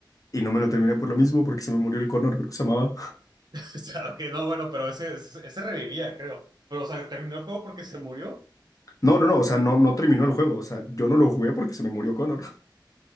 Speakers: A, on the left; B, on the right.
A: Y no me lo terminé por lo mismo, porque se me murió el Connor, creo que se llamaba. <laughs>
B: <laughs> O sea, ok, no, bueno, pero ese, ese ese revivía, creo. Pero, o sea, terminó el juego porque se murió.
A: No, no, no, o sea, no, no terminó el juego. O sea, yo no lo jugué porque se me murió Connor.